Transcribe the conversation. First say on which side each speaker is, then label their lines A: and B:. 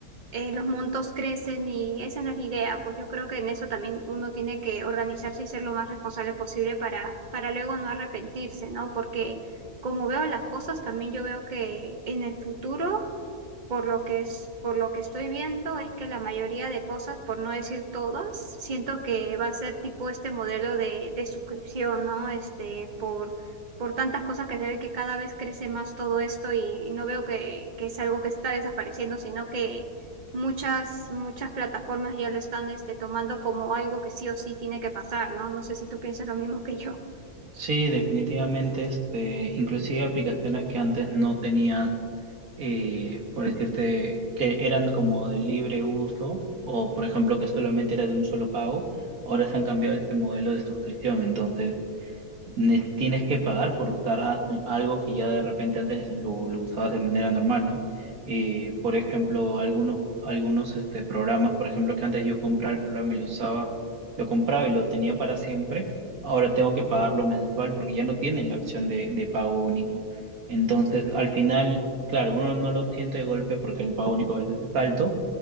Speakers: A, on the right; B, on the right.
A: eh, los montos crecen y esa no es la idea. Pues yo creo que en eso también uno tiene que organizarse y ser lo más responsable posible para, para luego no arrepentirse, ¿no? Porque como veo las cosas, también yo veo que en el futuro por lo que es, por lo que estoy viendo es que la mayoría de cosas, por no decir todas, siento que va a ser tipo este modelo de, de suscripción, ¿no? Este, por, por tantas cosas que se ve que cada vez crece más todo esto y, no veo que, que es algo que está desapareciendo, sino que muchas, muchas plataformas ya lo están este, tomando como algo que sí o sí tiene que pasar, ¿no? No sé si tú piensas lo mismo que yo.
B: Sí, definitivamente, este, inclusive aplicaciones que antes no tenías, eh, por decirte, que eran como de libre uso o, por ejemplo, que solamente era de un solo pago, ahora se han cambiado este modelo de suscripción. Entonces, ne- tienes que pagar por usar a- algo que ya de repente antes lo, lo usabas de manera normal, ¿no? Eh, por ejemplo, algunos, algunos este, programas, por ejemplo, que antes yo compraba el programa y lo usaba, lo compraba y lo tenía para siempre, ahora tengo que pagarlo mensual porque ya no tienen la opción de, de pago único. Entonces, al final, claro, uno no lo siente de golpe porque el pago único a veces es alto